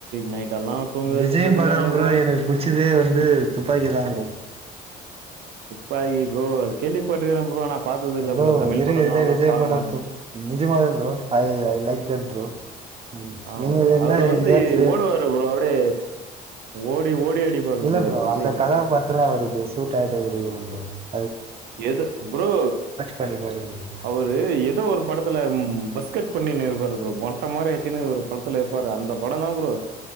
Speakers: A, on the right (about 75°); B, on the right (about 35°).
A: நைட் எல்லா தூங்கவே
B: விஜய்
A: தூக்கமே
B: பட
A: இல்ல
B: ப்ரோ எனக்கு புச்சதே வந்து இது துப்பாக்கி தான் ப்ரோ
A: துப்பாகி ப்ரோ கேள்வி பட்டுக்கறேன் ப்ரோ ஆனா பாத்தது இல்ல
B: ப்ரோ
A: தமிழ்
B: இருகதுல
A: படம்லா அவ்ளோ
B: விஜய்
A: பாக்க
B: படத்து
A: மாட்டே
B: நஜமாவே bro I I like that bro ம்
A: ஆ
B: நீங்க வேன்னா
A: அவரு
B: என்னைக்கா
A: வந்து
B: ஃப்ரீயா
A: ஓடுவாரு ப்ரோ டு ஓடி ஓடி அடிப்பாரு
B: இல்ல ப்ரோ
A: அவரு விஜய்
B: அந்த கதாபாத்திரம் அவர் இது <unintelligible>
A: எது ப்ரோ
B: பண்ணி பாருங்க
A: அவரு ஏதோ ஒரு படத்துல பஸ்கட் பண்ணினு இருபாரு ப்ரோ மொட்ட மாரி அடிச்சு ஒரு படத்துல இருப்பாரு. அந்த படம் தான் ப்ரோ.